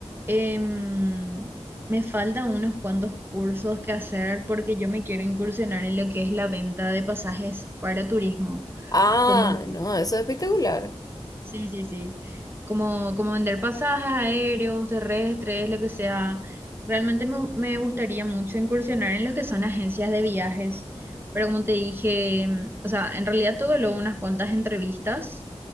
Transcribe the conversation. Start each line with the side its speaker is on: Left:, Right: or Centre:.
Right: em, me faltan unos cuantos cursos que hacer porque yo me quiero incursionar en lo que es la venta de pasajes para turismo,
Left: Ah,
Right: como
Left: no, eso es espectacular.
Right: Sí, sí, sí. Como, como vender pasajes aéreos, terrestres, lo que sea. Realmente me, me gustaría mucho incursionar en lo que son agencias de viajes. Pero como te dije, mm, o sea, en realidad tuve luego unas cuantas entrevistas